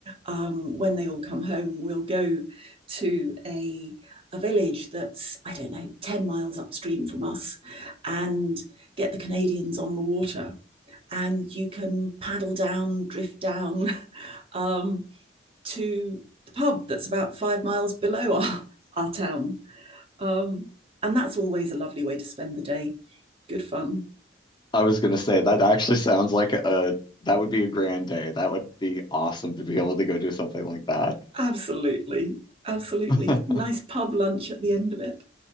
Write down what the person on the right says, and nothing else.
um, when they all come home, we'll go to a a village that's I don't know ten miles upstream from us, and get the Canadians on the water, and you can paddle down, drift down <laughs> um, to the pub that's about five miles below our our town. Um, and that's always a lovely way to spend the day. Good fun.
Absolutely. Absolutely.
Nice pub lunch at the end of it